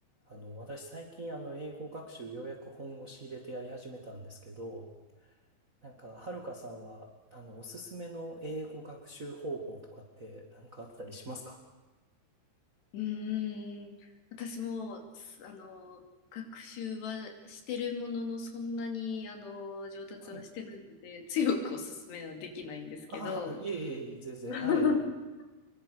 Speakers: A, on the right; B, on the left.
A: あの、私最近あの英語学習ようやく本腰入れてやり始めたんですけど、なんか、はるかさんは、あの、おすすめの英語学習方法とかってなんかあったりしますか
B: うーん、私も、すあの、学習はしてるものの、そんなに、あの、上達はしてないので、
A: はい。
B: 強くおすすめはできないんですけど、
A: ああ、いえいえいえ、全然、
B: <laughs>
A: はい。